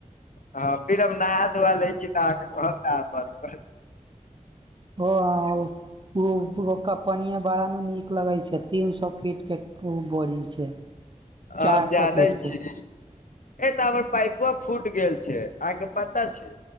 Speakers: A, on the left (about 75°); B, on the right (about 35°).
A: हँ फिर हम नहा धुआ लै छी तऽ अहाँके कहब तऽ आहाँ बंद करब
B: <unintelligible> <unintelligible> पनिए बारानू नीक लगै छै तीन सौ फीटके ऊ बोरिंग छै चार
A: आब जानै
B: सौ फीट के
A: छी ए तऽ हमर पाइपवा फूट गेल छै आहाँके पता छै